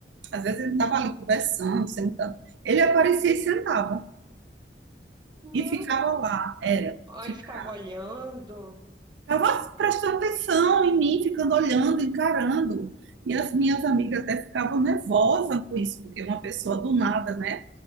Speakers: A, on the right (about 75°); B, on the right (about 25°).
A: Às vezes ele estava ali conversando, sentado. Ele aparecia e sentava
B: Meu.
A: e ficava lá, era
B: Ó,
A: ficar.
B: Ele ficava olhando.
A: Ficava prestando atenção em mim, ficando olhando, encarando. E as minhas amigas até ficavam nervosas com isso, porque uma pessoa do nada, né,